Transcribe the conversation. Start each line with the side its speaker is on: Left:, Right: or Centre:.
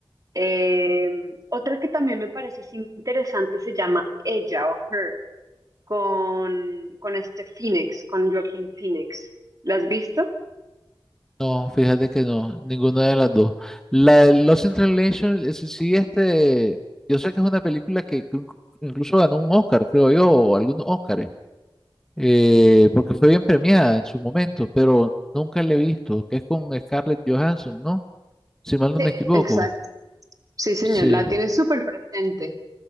Right: Eh, otra que también me parece así interesante se llama Ella o Her, con, con este Phoenix, con Joaquin Phoenix. ¿La has visto?
Centre: No, fíjate que no, ninguna de las dos. La de Lost in Translation, ese sí, este, yo sé que es una película que inc- incluso ganó un Oscar, creo yo, o algunos Oscars, eh, porque fue bien premiada en su momento, pero nunca la he visto, que es con Scarlett Johansson, ¿no? Si mal no
Right: Sí,
Centre: me equivoco.
Right: exacto. Sí, señor,
Centre: Sí,
Right: la tiene súper presente.